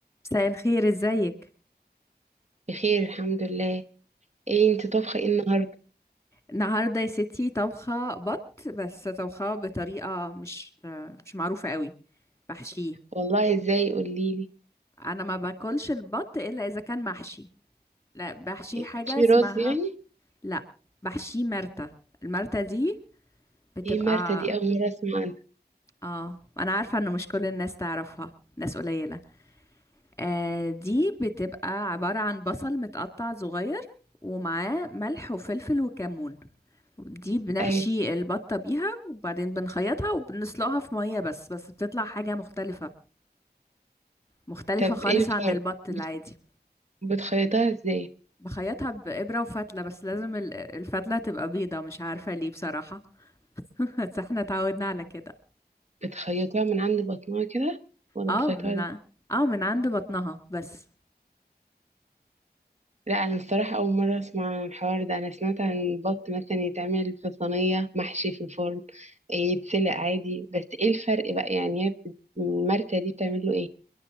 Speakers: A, on the left; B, on the right.
A: مساء الخير ازيك
B: بخير الحمد لله ايه انت طبخه ايه النهارده
A: النهارده يا ستي طبخه بط بس طبخه بطريقه مش مش معروفه قوي بحشيه
B: والله ازاي قوليلي
A: انا ما باكلش البط الا اذا كان محشي لا بحشيه
B: إيه،
A: حاجه
B: في
A: اسمها
B: رز يعني
A: لا بحشيه مرتة المرتة دي بتبقى
B: ايه مرتة دي اول مره اسمع عنها
A: اه انا عارفه انه مش كل الناس تعرفها ناس قليله آه دي بتبقى عباره عن بصل متقطع صغير ومعاه ملح وفلفل وكمون دي بنحشي
B: ايوه
A: البطة بيها وبعدين بنخيطها وبنسلقها في مية بس بس بتطلع حاجة مختلفة مختلفة
B: طب
A: خالص
B: ايه الفرق
A: عن البط العادي
B: بتخ- بتخيطها ازاي
A: بخيطها بإبرة وفتلة بس لازم ال- الفتلة تبقى بيضة مش عارفة ليه بصراحة <laughs> بس احنا اتعودنا على كده
B: بتخيطها من عند بطنها كده ولا
A: اه
B: بتخيطها
A: من
B: ازاي
A: ع- اه من عند بطنها بس
B: لا انا الصراحه اول مره اسمع عن الحوار ده انا سمعت عن البط مثلا يتعمل في صينيه محشي في الفرن إيه، يتسلق عادي بس ايه الفرق بقى يعني هي بت- المرتة دي بتعمل له